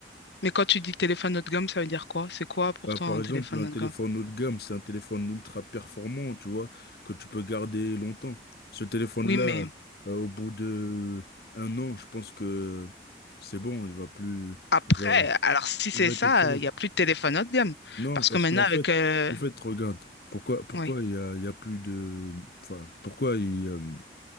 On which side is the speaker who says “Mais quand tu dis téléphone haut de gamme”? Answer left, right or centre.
Left